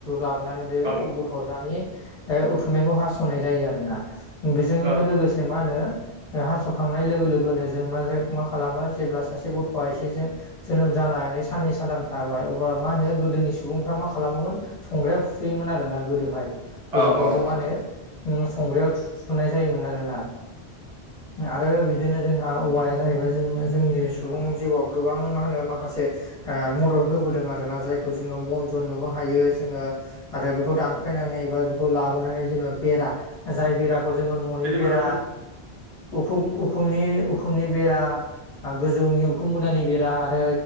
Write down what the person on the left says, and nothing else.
लाबोनानै बे
गथ'सानि उथुमैखौ हास'नाय जायो आरो ना। बेजोंनो
लोगोसे मा होनो हास'खांनाय लोगो लोगोनो जों मा मा खालामो जेब्ला सासे गथ'आ एसे जो जोनोम जानानै साननै सानथाम थाबाय अब्ला मा होनो गोदोनि सुबुंफ्रा मा खालामोमोन संग्राइयाव फुथुयोमोन आरोना गोदोहाय। गथ'फोरखौ
मा होनो संग्राइयाव फुथुनाय जायोमोन आरोना। आरो बिदिनो जोंहा औवाया जाहैबाय जोङो जोंनि जिउआव गोबां मा होनो माखासे मदद होबोदों आर ना जायखौ जोङो बन जनोबो हायो जोङो। आरो बेखौ दानफायनानै एा बेखौ लाबोनानै जोङो बेरा जाय बेराखौ जोङो न'नि
बेरा
ऊखुम उखुमनि उखुमनि बेरा गोजौनि उखुम मुदानि बेरा आरो